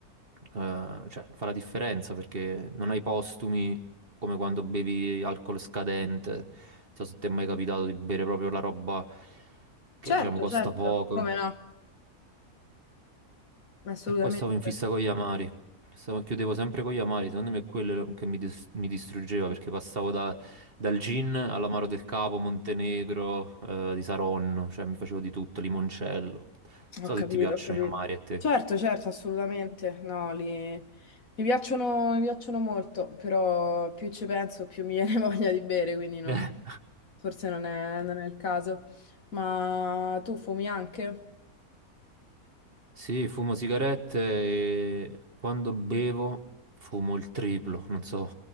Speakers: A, on the right; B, on the left.
A: eh, cioè, fa la differenza perché non hai postumi, come quando bevi alcol scadente. Non so se ti è mai capitato di bere proprio la roba che
B: Certo,
A: diciamo costa
B: certo.
A: poco.
B: Come no? Assolutamente.
A: E poi stavo in fissa con gli amari. Stavo- chiudevo sempre con gli amari, secondo me è quello che mi, dis- mi distruggeva perché passavo da- dal gin all'amaro del Capo, Montenegro, eh, di Saronno, cioè mi facevo di tutto, limoncello. Non so
B: Ho capito,
A: se ti piacciono
B: ho capito.
A: gli amari a te.
B: Certo, certo, assolutamente. No, li... mi piacciono, mi piacciono molto, però più ci penso, più mi viene <laughs> voglia di bere, quindi non-
A: <laughs>
B: forse non è, non è il caso. Ma tu fumi anche?
A: Sì, fumo sigarette e quando bevo fumo il triplo, non so,